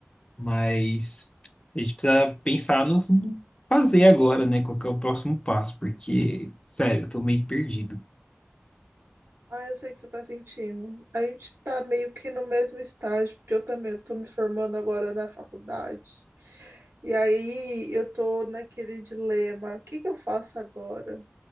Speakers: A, on the left (about 25°); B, on the right (about 80°).
A: mas a gente precisa pensar no no fazer agora, né? Qual que é o próximo passo? Porque, sério, eu tô meio perdido.
B: Ah, eu sei o que você tá sentindo. A gente tá meio que no mesmo estágio, porque eu também tô me formando agora na faculdade. E aí eu tô naquele dilema, o que que eu faço agora?